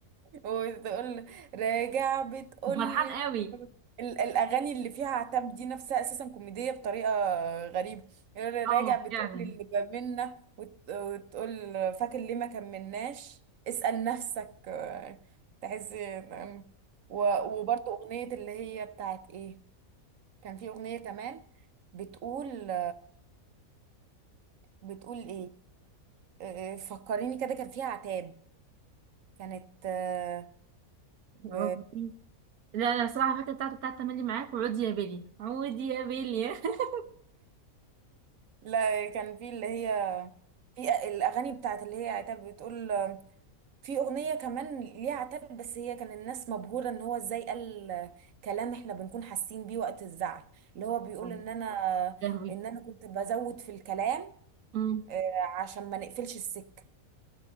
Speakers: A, on the right; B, on the right.
A: وتقول راجع بتقول
B: وفرحان
A: لي ال-
B: قوي
A: ال- الاغاني اللي فيها عتاب دي نفسها اساسا كوميديه بطريقه غريبه يقول لي راجع
B: اه
A: بتقول
B: فعلا
A: لي اللي بمنا وت- وتقول فاكر ليه ما كملناش اسال نفسك آه، تحس آم، و- وبرضه اغنيه اللي هي بتاعت ايه كان في اغنيه كمان بتقول بتقول ايه آه، فكريني كده كان فيها عتاب كانت آه، ب...
B: برافو عليك. لا انا الصراحه فاكره بتاعته بتاعت تملي معاك وعود يا بيلي عود يا بيلي <laughs>
A: لا كان في اللي هي في الاغاني بتاعت اللي هي عتاب بتقول في اغنيه كمان ليها عتاب بس هي كان الناس مبهوره ان هو ازاي قال كلام احنا بنكون حاسين بيه وقت الزعل اللي هو بيقول
B: آه.
A: ان انا
B: لهوي
A: ان انا كنت بزود في الكلام
B: امم
A: آه، عشان ما نقفلش السكه